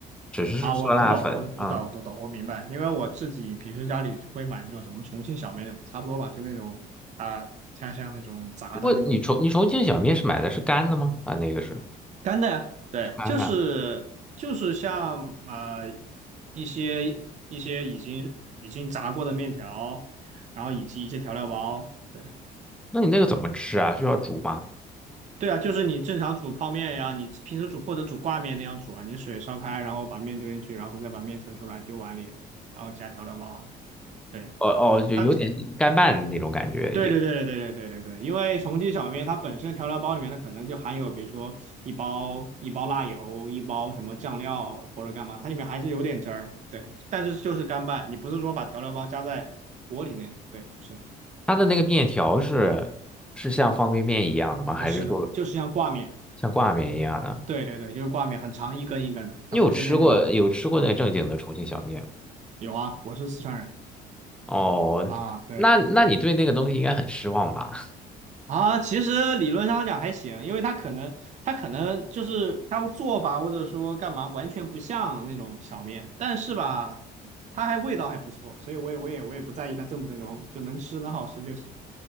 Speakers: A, in the centre; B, on the right (about 45°).
A: 只是是酸辣粉啊。
B: 啊，我我懂，我我懂，我懂，我明白，因为我自己平时家里会买那种什么重庆小面那种差不多吧，就那种啊，像像那种炸的那种
A: 不过你重你重庆小面是买的是干的吗？啊，那个是
B: 干的呀，对，
A: 是干的，
B: 就是就是像呃一些一些已经已经炸过的面条，然后以及一些调料包，对
A: 那你那个怎么吃啊？需要煮吗？
B: 对啊，就是你正常煮泡面呀，你平时煮或者煮挂面那样煮啊，你水烧开，然后把面丢进去，然后再把面盛出来丢碗里，然后加调料包，对。
A: 哦哦，就有点干拌的那种感觉。
B: 它。对对对对对对对对对，
A: 也，
B: 因为重庆小面它本身调料包里面它可能就含有，比如说一包一包辣油，一包什么酱料或者干嘛，它里面还是有点汁儿，对，但是就是干拌，你不是说把调料包加在锅里那种，对，不是的
A: 它的那个面条是是像方便面一样的吗？还是说
B: 不是的，就是像挂面，
A: 像挂面一样的？
B: 对对对，就是挂面，很长一根一根的，
A: 你有吃过有吃过那个正经的重庆小面吗？
B: 它不是那种，有啊，我是四川人
A: 哦，
B: 啊，对。
A: 那那你对那个东西应该很失望吧？<laughs>
B: 啊，其实理论上讲还行，因为他可能他可能就是他做法或者说干嘛完全不像那种小面，但是吧，它还味道还不错，所以我也我也我也不在意它正不正宗，就能吃能好吃就行，